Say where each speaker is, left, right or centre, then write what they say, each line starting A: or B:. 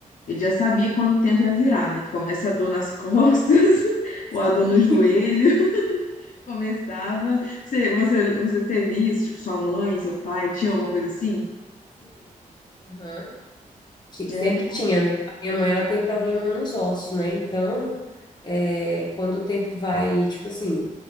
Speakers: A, on the left (about 65°); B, on the left (about 30°).
A: Ele já sabia quando o tempo ia virar, né? Que começa a dor nas costas, <laughs>
B: Sim.
A: ou a dor no joelho, <laughs> começava. Você, você, você teve isso? Tipo, sua mãe, seu pai, tinha alguma coisa assim?
B: Sim. Aham. Ti-
A: É?
B: Sempre tinha, né? A minha mãe, ela tem problema nos ossos, né? Então, é, quando o tempo vai, tipo assim,